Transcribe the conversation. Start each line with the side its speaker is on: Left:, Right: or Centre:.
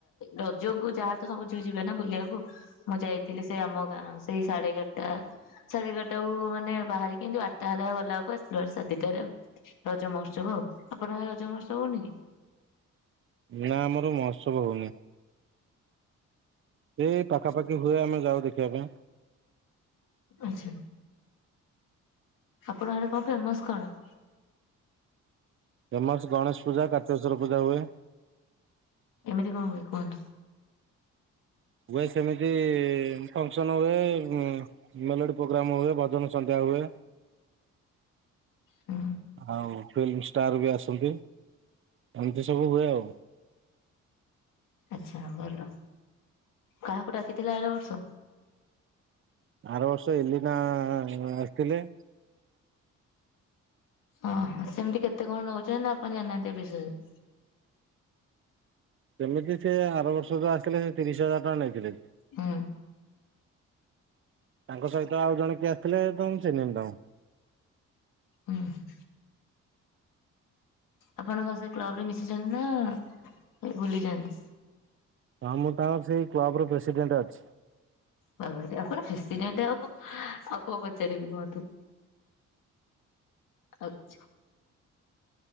Left: ରଜକୁୁ ଯାହା ତ ସବୁ ଝିଅ ଯିବେ ନା ବୁଲିବାକୁ। ମୁଁ ଯାଇଥିଲି ସେ ଆମ ଗାଁ ସେଇ ସାଢ଼େ ଏଗାରଟା ସାଢେ ଏଗାରଟାକୁ ମାନେ ବାହାରିକି କିନ୍ତୁ ତାହେଲେ ଆଉ ଗଲା ଳେକୁ ଆସିବ ଭାରି ସାଢେଦିଟାରେ ଆଉ ରଜ ମହୋତ୍ସବ ଆଉ ଆପଣଙ୍କ ଆଡ଼େ ରଜ ମହୋତ୍ସବ ହଉନି କି?
Right: ନା ଆମର ମହୋତ୍ସବ ହଉନି। ଏ ପାଖାପାଖି ହୁଏ ଆମେ ଯାଉ ଦେଖିବା ପାଇଁ।
Left: ଆଛା, ଆପଣ ଆଡେ କଣ ଫେମସ କଣ?
Right: ଫେମସ ଗଣେଶ ପୂଜା, କାର୍ତିକେଶ୍ୱର ପୂଜା ହୁଏ।
Left: କେମିତି କଁ ହୁଏ କୁହନ୍ତୁ।
Right: ହୁଏ ସେମିତି ଫଙ୍କସନ ହୁଏ। ମେଲୋଡି ପ୍ରୋଗ୍ରାମ ହୁଏ, ଭଜନ ସନ୍ଧ୍ୟା ହୁଏ।
Left: ହୁଁ
Right: ଆଉ ଫିଲ୍ମ ଷ୍ଟାର ବି ଆସନ୍ତି, ଏମିତି ସବୁ ହୁଏ ଆଉ।
Left: ଆଚ୍ଛା, ଭଲ କାହାକୁ ଡାକିଥିଲେ ଆର ବର୍ଷ?
Right: ଆର ବର୍ଷ ଏଲି ନା ଆସିଥିଲେ।
Left: ଅ ହ ସେମତି କେତେ କଣ ନଉଛନ୍ତି ନା ଆପଣ ଜାଣନାହାନ୍ତି ଏ ବିଷୟରେ?
Right: ସେମିତି ସିଏ ଆର ବର୍ଷ ତ ଆସିଥିଲେ ସେ ତିରିଶ ହଜାର ଟଙ୍କା ନେଇଥିଲେ।
Left: ହୁଁ।
Right: ତାଙ୍କ ସହିତ ଆଉ ଜଣ କିଏ ଆସିଥିଲେ ତ ମୁଁ ଚିହ୍ନିନି ତାଙ୍କୁ।
Left: ଉଁ ହୁଁ। ଆପଣ କଣ ସେ କ୍ଲବ ରେ ମିଶିଛନ୍ତି ନା ସେ ଭୁଲି ଯାନ୍ତି।
Right: ହଁ ମୁଁ ତାଙ୍କର ସେଇ କ୍ଲବ ର ପ୍ରେସିଡେଣ୍ଟ ଅଛି।
Left: ତାପରେ ଆପଣ ଖୁସି ନାହାଁନ୍ତି ଆଉ କ ଆଉ କଣ ପଚାରିବି କୁହନ୍ତୁ। ଆଛ